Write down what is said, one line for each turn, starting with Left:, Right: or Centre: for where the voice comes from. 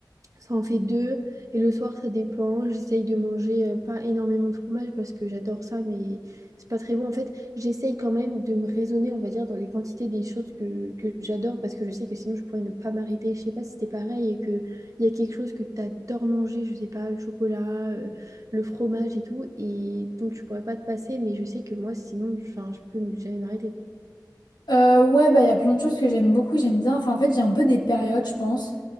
Right: ça en fait deux. Et le soir, ça dépend. J'essaye de manger euh, pas énormément de fromage parce que j'adore ça, mais c'est pas très bon. En fait, j'essaye quand même de me raisonner, on va dire, dans les quantités des choses que, que j'adore parce que je sais que sinon, je pourrais ne pas m'arrêter. Je sais pas si c'était pareil et qu'il y a quelque chose que t'adores manger, je sais pas, le chocolat, euh, le fromage et tout. Et donc, tu pourrais pas te passer, mais je sais que moi, sinon, enfin, je peux ne jamais m'arrêter.
Left: Euh, ouais, bah, il y a plein de choses que j'aime beaucoup, j'aime bien. Enfin, en fait, j'ai un peu des périodes, je pense.